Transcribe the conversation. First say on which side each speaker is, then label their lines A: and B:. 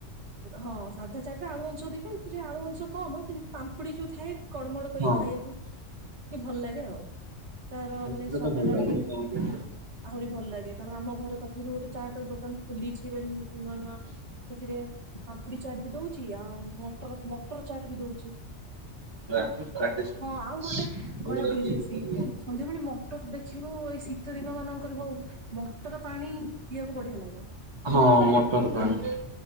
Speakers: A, on the right (about 65°); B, on the right (about 25°).
A: ହଁ ସାଧା ଚାଟ୍ ରେ ଆଳୁ ଅଂଶ ଅଧିକ ଏଥିରେ ଆଳୁ ଅଂ ଶ କମ କିନ୍ତୁ ପାମ୍ପୁଡି ଯୋଉ ଥାଏ କଡ଼ମଡ କରି
B: ହଁ
A: ଖାଇବାକୁ ଟିକେ ଭଲ ଲାଗେ ଆଉ। ତାର ମାନେ
B: ସେଟା
A: ସ୍ୱାଦ
B: ତ ଭଲ
A: ଟା
B: ଲାଗେ
A: ଟିକେ ଆହୁରି ଭଲ ଲାଗେ ତାପରେ ଆମ ଘର ପାଖେବି ଚାଟ୍ ଦୋକାନ ଖୋଲିଛି ଏବେ ନୂଆ ନୂଆ। ସେଥିରେ ପାମ୍ପୁଡ଼ି ଚାଟ୍ ବି ଦଉଛି ଆଉ ମଟର ମଟର ଚାଟ୍ ବି ଦଉଛି।
B: ରାକ
A: ହଁ
B: ରାକେଶ
A: ଆଉ ଗୋଟେ କହିବାକୁ
B: ମ।
A: ଭୁଲି ଯାଇଥିଲି ସନ୍ଧ୍ୟାବେଳେ ମଟର ଦେଖିବୁ ଏଇ ଶୀତ ଦିନ ମାନଙ୍କରେ ହଉ ମଟର ପାଣି ପିବାକୁ ବଢିଆ ଲାଗେ।
B: ହଁ ମଟର ପାଣି।